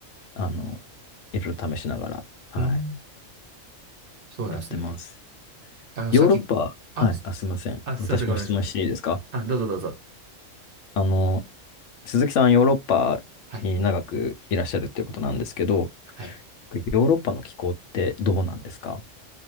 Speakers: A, on the left (about 70°); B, on the right (about 55°).
A: あの、いろいろ試しながら、はい、
B: うん。そうなんですね。
A: やってます。
B: あの、
A: ヨーロッパ、
B: さっき、あ、
A: はい、
B: す
A: あ、すいません。
B: あ、すいません、
A: 私も質問していいですか
B: ごめんなさい。あ、どうぞどうぞ。
A: あの、鈴木さん、ヨーロッパに長くいらっしゃるっていうことなんですけど、
B: はい。はい。
A: ヨーロッパの気候ってどうなんですか